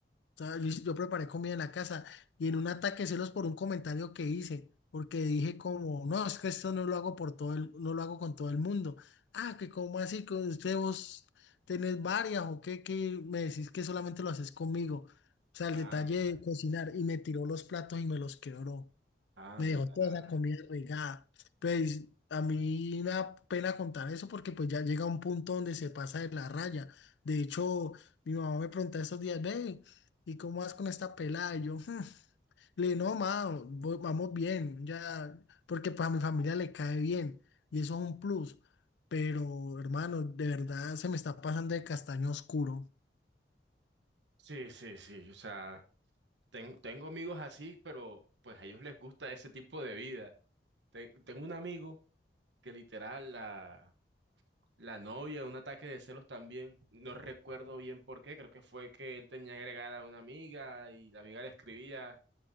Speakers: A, on the left; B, on the right.
A: O sea, yo, yo preparé comida en la casa y en un ataque de celos por un comentario que hice, porque dije como, no, es que esto no lo hago por todo el, no lo hago con todo el mundo. Ah, que como así, que usted vos tenés varias o qué, que me decís que solamente lo haces conmigo. O sea, el
B: Anda,
A: detalle de cocinar y me tiró los platos y me los quebró.
B: anda.
A: Me dejó toda esa comida regada. Pues a mí me da pena contar eso porque pues ya llega un punto donde se pasa de la raya. De hecho, mi mamá me pregunta estos días, ve, ¿y cómo vas con esta pelada? Y yo, "Hmm". Le dije, no, ma, voy- vamos bien, ya, porque pues a mi familia le cae bien y eso es un plus. Pero, hermano, de verdad se me está pasando de castaño oscuro.
B: Sí, sí, sí. O sea, ten- tengo amigos así, pero pues a ellos les gusta ese tipo de vida. Ten- tengo un amigo que literal la, la novia, un ataque de celos también. No recuerdo bien por qué. Creo que fue que él tenía agregada a una amiga y la amiga le escribía,